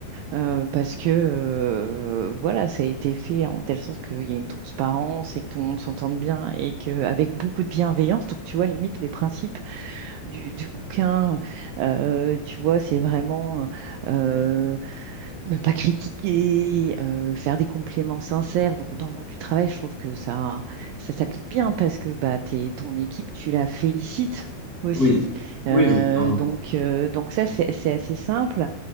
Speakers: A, on the right; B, on the left.
A: euh, parce que euh, voilà, ça a été fait en telle sorte qu'il y a une transparence et que tout le monde s'entende bien et qu'avec beaucoup de bienveillance, donc tu vois, limite, les principes. du, du bouquin. Euh, tu vois, c'est vraiment euh, ne pas critiquer, euh, faire des compléments sincères. Donc, dans le monde du travail, je trouve que ça, ça s'applique bien parce que bah, t'es, ton équipe, tu la félicites aussi.
B: oui. Oui,
A: Euh,
B: non, clairement.
A: donc, euh, donc ça, c'est c'est assez simple.